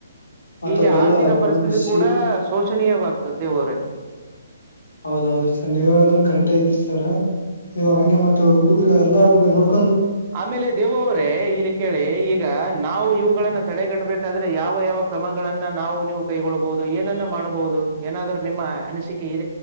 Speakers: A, on the left; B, on the right.
A: ಮತ್ತ
B: ಹೀಗೆ
A: ಅವ್ರಿಗೆಲ್ಲ
B: ಆರ್ಥಿಕ ಪರಿಸ್ಥಿತಿ
A: ಒಂದ್ ಶಿ
B: ಕೂಡ ಶೋಷನೀಯವಾಗ್ತದೆವರ
A: ಹೌದೌದ್ರಿ ಸರ್ ನೀವ್ ಹೇಳದನ್ ಕರೆಕ್ಟ್ ಐತ್ರಿ ಸರ್ ಇವಾಗ ಹಂಗೆ ಮತ್ತ ಹುಡುಗರು ಎಲ್ಲ್ರಗೂ ನೋಡ್
B: ಆಮೇಲೆ ದೇವವ್ರೇ ಇಲ್ಲಿ ಕೇಳಿ ಈಗ ನಾವು ಇವುಗಳನ್ನ ತಡೆಗಟ್ಟಬೇಕು. ಯಾದ್ರೆ ಯಾವ ಯಾವ ಕ್ರಮಗಳನ್ನ ನಾವು ನೀವು ಕೈಗೊಳ್ಬಹುದು ಏನನ್ನ ಮಾಡ್ಬಹುದು ಏನಾದ್ರ್ೂ ನಿಮ್ಮ ಅನಿಸಿಕೆ ಇ